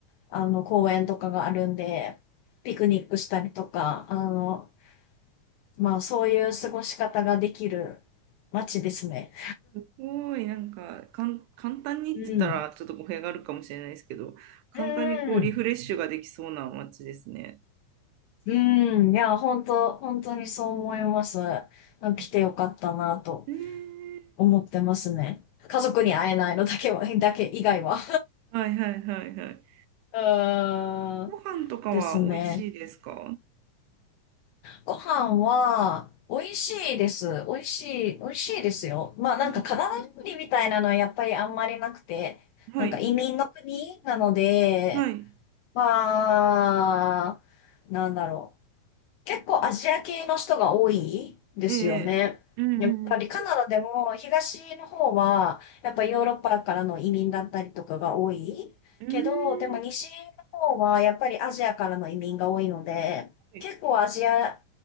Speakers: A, on the left; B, on the right.
A: あの、公園とかがあるんで、ピクニックしたりとか、あの、まあ、そういう過ごし方ができる街ですね。
B: すごい、なんか、かん、簡単にって言ったら、
A: うん。
B: ちょっと語弊があるかもしれないですけど、簡単にこう、
A: うん。
B: リフレッシュができそうな街ですね。
A: うん。いや、本当本当にそう思います。
B: うん
A: 来てよかったなと
B: えー
A: 思ってますね。家族に会えないのだけは、だけ以外は。
B: はいはいはいはい。
A: <laughs> うーん。
B: ご飯とかは美味しいですか
A: <laughs> ですね。ご飯は、美味しいです。美味しい、美味しいですよ。まあなんかカナダ料理みたいなのはやっぱりあんまりなくて、
B: うん。はい。
A: なんか移民の国なので、
B: はい。
A: まあ、なんだろう。結構アジア系の人が多いですよね。
B: ええ。うんうんうん。
A: やっぱりカナダでも東の方はやっぱヨーロッパからの移民だったりとかが多いけど、
B: うーん。
A: でも西の方はやっぱりアジアからの移民が多いので、
B: はい。
A: 結構アジア